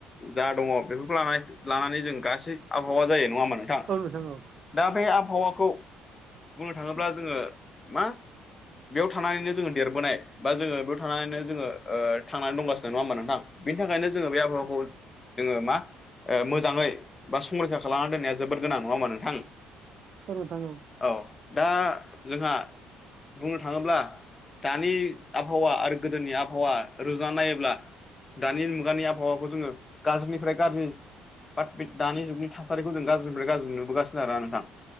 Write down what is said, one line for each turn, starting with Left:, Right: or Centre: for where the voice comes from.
Left: जा दङ बेफोरखौ ल लानानै जों गासै आबहावा जायो नङा होम्बा नोंथां
Right: औ औ
Left: दा बे आबहावाखौ बुंनो थाङोब्ला जोङो मा बेयाव थानानैनो जोङो देरबोनाय बा जोङो बेयाव थानानैनो जोङो थांनानै दंगासिनो नङा होम्बा नोंथां बेनि थाखायनो जोङो बे आबहावाखौ जोङो मा ओ मोजाङै बा संरैखा खालामना दोननाया जोबोद गोनां नङा होम्बा नोंथां
Right: औ नोंथां
Left: औ दा जोंहा बुंनो थाङोब्ला दानि आबहावा आरो गोदोनि आबहावा रुजुनानै नायोब्ला दानि मुगानि आबहावाखौ जोङो गाज्रिनि। फ्राय गाज्रि बाट बे दानि जुगनि थासारिखौ जों गाज्रिनिफ्राय गाज्रि नुबोगासिनो आरोना नोंथां।